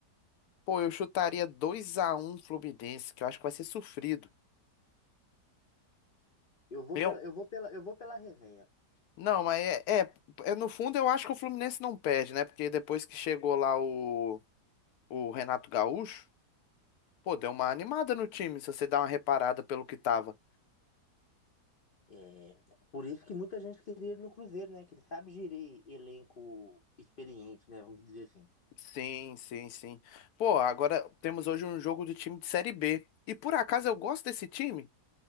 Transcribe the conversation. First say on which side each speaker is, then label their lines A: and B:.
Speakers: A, on the left; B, on the left.
A: Pô, eu chutaria dois a um Fluminense, que eu acho que vai ser sofrido.
B: Eu vou
A: Eu.
B: pela, eu vou pela, eu vou pela resenha.
A: Não, mas é, é, é, No fundo, eu acho que o Fluminense não perde, né? Porque depois que chegou lá o, o Renato Gaúcho, pô, deu uma animada no time, se você dá uma reparada pelo que tava.
B: É, por isso que muita gente queria ele no Cruzeiro, né? Que ele sabe gerir elenco experiente, né? Vamos dizer assim.
A: Sim, sim, sim. Pô, agora temos hoje um jogo do time de Série B. E por acaso eu gosto desse time,